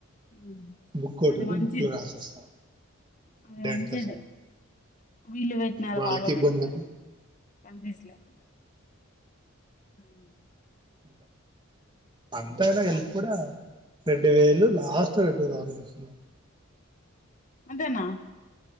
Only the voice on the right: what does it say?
బుక్ ఒకటి
ఉంటే
బుక్ లో రాసేస్తాను
డేట్తో
సహా
వాళ్ళకి
ఇబ్బంది
ఇంక అంతేనా
ఎలిపి కూడా రెండు వేలు లాస్ట్ రెండు వేలందిస్తున్నార్